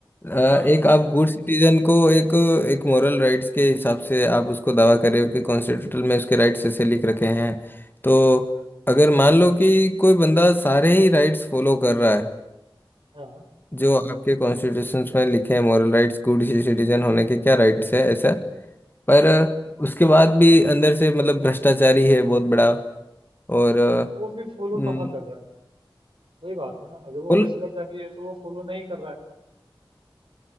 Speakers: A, on the left; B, on the right.
A: अ,
B: हाँ
A: एक आप गुड सिटीजन को एक एक मॉरल राइट्स के हिसाब से आप उसको दावा कर रहे हो कि कॉन्स्टिट्यूशन में उसके राइट्स ऐसे लिख रखे हैं तो अगर मान लो कि कोई बंदा सारे ही राइट्स फॉलो कर रहा है
B: हाँ
A: जो आपके कॉन्स्टिट्यूशन में लिखे हैं मॉरल राइट्स गुड सिटीजन होने के क्या राइट्स है ऐसा पर अ, उसके बाद भी अंदर से मतलब भ्रष्टाचारी है बहुत बड़ा और अ,
B: तो वो फिर फॉलो
A: हम्म,
B: कहाँ कर रहा है वही बात है ना अगर वो
A: बोल
B: भ्रष्टाचारी है तो वो फॉलो नहीं कर रहा है